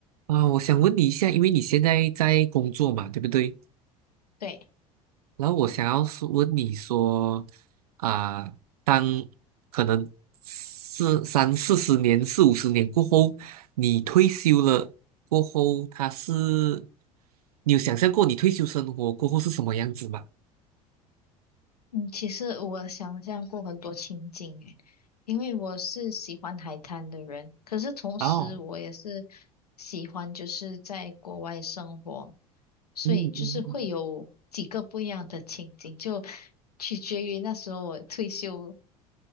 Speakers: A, on the right (about 75°); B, on the left (about 80°).
A: 啊，我想问你一下，因为你现在在工作嘛，对不对？
B: 对，
A: 然后我想要是问你说，啊，当可能是三四十年、四五十年过后，你退休了过后，他是，你有想象过你退休生活过后是什么样子吗？
B: 嗯，其实我想象过很多情景诶，因为我是喜欢海滩的人，可是同时我也是
A: 哦，
B: 喜欢就是在国外生活，所以就是会有几个不一样的情景，
A: 嗯嗯嗯。
B: 就取决于那时候我退休